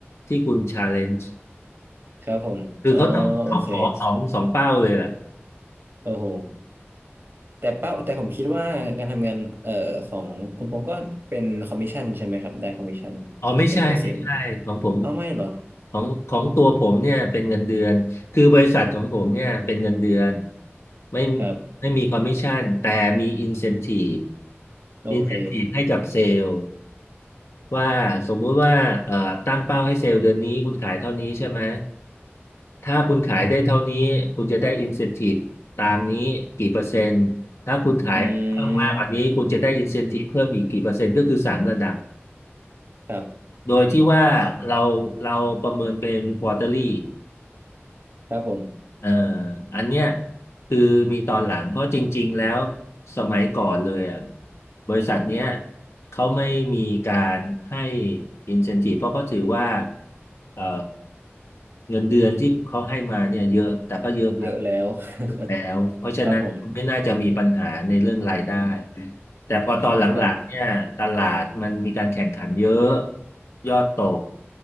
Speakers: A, on the left; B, on the right.
A: ที่คุณชาเลนจ์
B: ครับผมอ๋อโอเค
A: คือเขาต้องเขาขอสองสองเป้าเลยแหละ
B: โอ้โห แต่เป้าแต่ผมคิดว่าการทำงานเอ่อของคุณพงษ์ก็เป็นคอมมิชชั่นใช่ไหมครับได้คอมมิชชั่น
A: อ๋อไม่ใช่ไม่ใช่ของผม
B: เป็นเปอร์เซ็นต์เอาไม่เหรอ
A: ของของตัวผมเนี่ยเป็นเงินเดือนคือบริษัทของผมเนี่ยเป็นเงินเดือนไม่
B: ครับ
A: ไม่มีคอมมิชชั่นแต่มีอินเซน i ี e
B: โอเค
A: อินเซน i ี e ให้กับเซลล์ ว่าสมมุติว่าเอ่อตั้งเป้าให้เซลล์เดือนนี้คุณขายเท่านี้ใช่ไหมถ้าคุณขายได้เท่านี้คุณจะได้อินเซน i ี e ตามนี้กี่เปอร์เซ็นต์ถ้าคุณขายเพิ่มมากกว่านี้คุณจะได้อินเซน
B: อืม
A: i ี e เพิ่มอีกกี่เปอร์เซ็นต์ก็คือสามระดับ
B: ครับ
A: โดยที่ว่าเราเราประเมินเป็น quarterly
B: ครับผม
A: เอออันเนี้ยคือมีตอนหลังเพราะจริงๆแล้วสมัยก่อนเลยอ่ะบริษัทเนี้ยเขาไม่มีการให้ incentive เพราะเขาถือว่าเออเงินเดือนที่เขาให้มาเนี่ยเยอะแต่ก็เยอะครับ
B: เยอะแล้ว <laughs>
A: แล้วเพราะฉะนั้นไม่น่าจะมีปัญหาในเรื่องรายได้
B: ครับผม
A: แต่พอตอนหลังๆเนี่ยตลาดมันมีการแข่งขันเยอะ
B: ครับ
A: ยอดตก